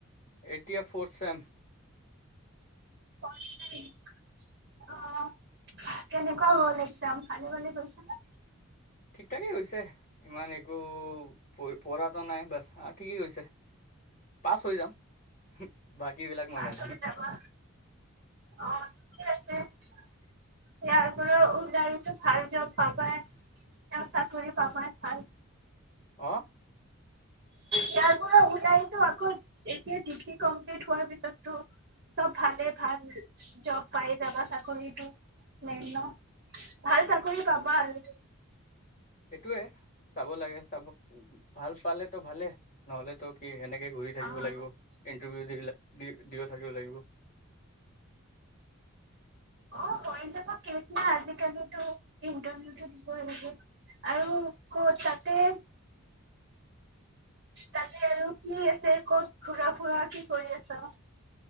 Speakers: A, on the left (about 35°); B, on the right (about 55°).
A: এতিয়া ফৰ্থ চেম।
B: ফম্ম অহ কেনেকুৱা হল একজাম ভালে ভালে গৈছেনে?
A: ঠিক ঠাকেই হৈছে ইমান একো পঢ়টো নাই বাচ্ ঠিকেই কৈছে পাছ হৈ যাম বাকীবিলাক মই
B: পাছত
A: নাজানো
B: যাবা অ আছে ইয়াৰ পৰা ওলাইটো ভাল জব পাবাই, উলাই চাকৰি পাবাই ভাল
A: অহ
B: তাৰ পৰা ওলাইতো আকৌ এতিয়া ডিগ্ৰী কমপ্লিট হোৱাৰ পিছতটো চব ভালে ভাল জব পাই যাবা চাকৰিতটো নেই ন ভাল চাকৰি পাবা আৰু
A: এইটোৱে চাব লাগে চাব ভাল পালে তো ভালে নহলে তো কি সেনেকে ঘূৰি থাকিব
B: অ
A: লাগিব কিন্ত ভি <unintelligible> দ থাকিব লাগিবৈ
B: অহ কৰি যাব কেচ নাই, আজিকালিটো ইণ্টাৰভিউটো দিব লাগিব আৰু কত তাতে তাতে আৰু কি আছে কত ঘুৰা ফুৰা কি কৰি আছ